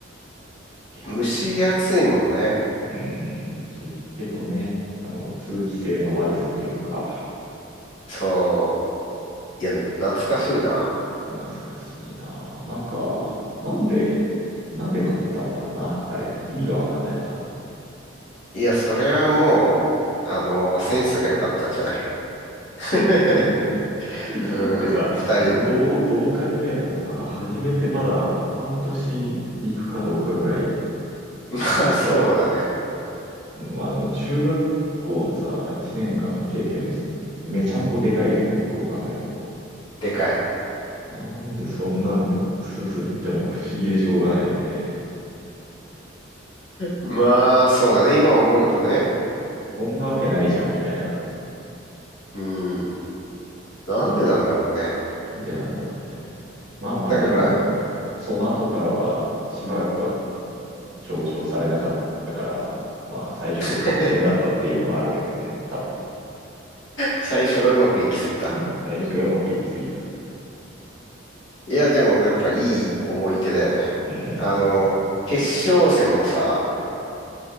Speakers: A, on the right (about 65°); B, on the left (about 75°).
A: いやー
B: 蒸し暑いもんね。
A: うん、湿気とね、あの、通気性の悪さというか、
B: そう。いや、
A: え
B: 懐かしいな。
A: 懐かしいな。なんか、なんで、なんで買ってたんだろうな、あれ。意味がわかんないよな。
B: いや、それはもう、あの、センスが良かったんじゃない
A: <laughs>
B: <laughs>
A: え、その、なんか、だ
B: うん、
A: ってさ、
B: 二人の。
A: どう、どう考えてもさ、初めてまだ半年行くかどうかぐらい
B: <laughs> まあ、そうだね。
A: さ、まあ、あの、中学校のさ、1年間の経験のさ、めちゃんこでかいじゃん、どう考えても。
B: でかい。
A: なんでそんなんでスルスルいっちゃうのか不思議でしょうがないよね。
B: まあ、そうだね。今思うとね。
A: そんなわけないじゃん、みたいな。
B: うん、なんでなんだろうね。
A: なんでなんだろうね。まあまあ、
B: だから、
A: でも、その後からは、しばらくは表彰されなかったから、まあ、最初が確変だったっていうのはあるけどね、
B: <laughs>
A: 多分。
B: 最初がうまくいきすぎた。
A: うん最初がうまくいきすぎた。う
B: いや、でもやっぱいい思い出だよね。
A: ーん、
B: あの、決勝戦もさ、